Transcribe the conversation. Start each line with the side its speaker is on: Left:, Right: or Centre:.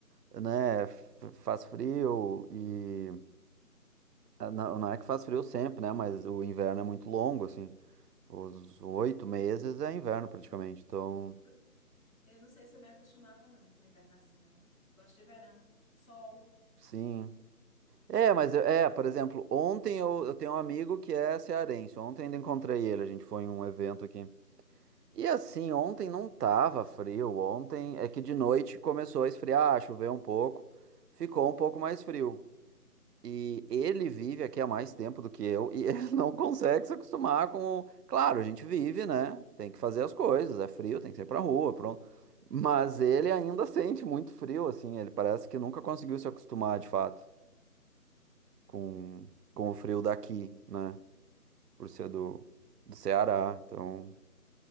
Right: né? f- Faz frio e. ah, Não, não é que faz frio sempre, né? Mas o inverno é muito longo, assim. Os oito meses é inverno praticamente, então.
Left: Eu, eu não sei se eu me acostumava, não, com o inverno assim, não. Gosto de verão. Sol
Right: Sim, É, mas eu- é, por exemplo, ontem eu, eu tenho um amigo que é cearense. Ontem ainda encontrei ele, a gente foi em um evento aqui. E assim, ontem não tava frio. Ontem é que de noite começou a esfriar, ah, choveu um pouco, ficou um pouco mais frio. E ele vive aqui há mais tempo do que eu e <laughs> ele não consegue se acostumar com. o- Claro, a gente vive, né? Tem que fazer as coisas, é frio, tem que sair pra rua, pronto. Mas ele ainda sente muito frio, assim. Ele parece que nunca conseguiu se acostumar de fato com, com o frio daqui, né? Por ser do, do Ceará. Então,